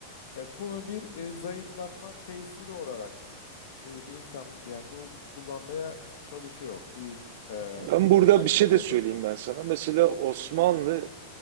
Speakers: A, on the left; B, on the right.
A: E, bunu bir e, zayıflatma tesiri olarak e, insan yani bunu kullanmaya çalışıyor büyük e,
B: Ben
A: işte
B: burada
A: rakip
B: bir şey de
A: devletler.
B: söyleyeyim ben sana. Mesela Osmanlı